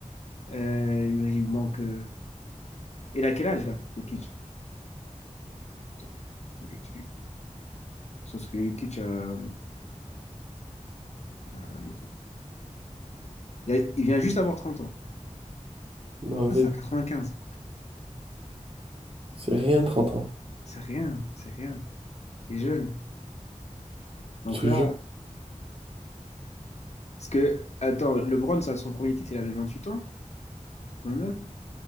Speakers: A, on the left; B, on the right.
A: Euh, il manque. euh, Il a quel âge là, le Kitsch? Attends. Le Kitsch. Sauf que le Kitsch, euh, euh, donc, il a- il vient juste d'avoir 30 ans.
B: Bah ouais,
A: Ah, C'est un 95.
B: c'est rien trente ans,
A: C'est rien, c'est rien. Il est jeune. Donc
B: je te
A: là,
B: jure.
A: parce que, attends, LeBron, ça, son premier titre, il avait 28 ans. 29.